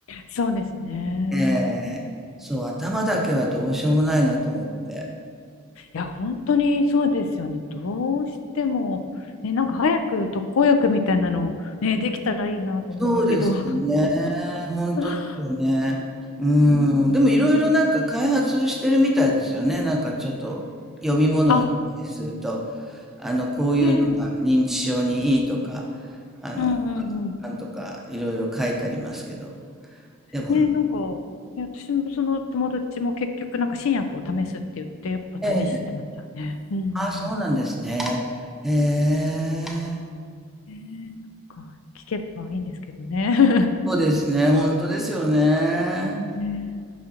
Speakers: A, on the left; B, in the centre.
A: そうですね。
B: ええ、そう、頭だけはどうしようもないなと思って。
A: いや、本当にそうですよね。どうしても、ね、なんか早く特効薬みたいなの、ね、できたらいいなと思うんですけど。
B: そうですね。本当ですよね。
A: <laughs>
B: うん。でもいろいろなんか開発してるみたいですよね。なんかちょっと読み物を読んだりすると、
A: あ、
B: あの、こういうのが認知症にいいとか、
A: ねえ、
B: あの、
A: うんうんうん。
B: なんとかいろいろ書いてありますけど。でも、
A: ねえ、なんか、ね私もその友達も結局、なんか新薬を試すって言って、やっぱ試してましたね。
B: ええ、
A: うんうん。
B: ああ、そうなんですね。ええ、
A: ねえ、なんか、聞けばいいんですけどね。<laughs>
B: そうですね。本当ですよね。
A: ね